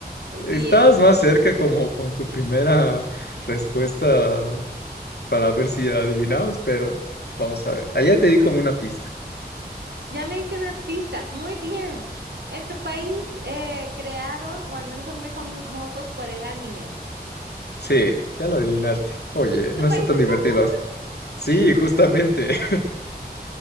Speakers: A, on the left; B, on the right.
A: Estabas
B: Bien,
A: más cerca como con tu primera respuesta para ver si adivinabas, pero vamos a ver. Allá te di como una pista.
B: ya me hice una pista. Muy bien. En tu país eh, crearon, o al menos son muy famosos por el anime.
A: Sí, ya lo adivinaste. Oye, no
B: ¿Tu país
A: está tan
B: es
A: divertido
B: Japón?
A: esto. Sí, justamente.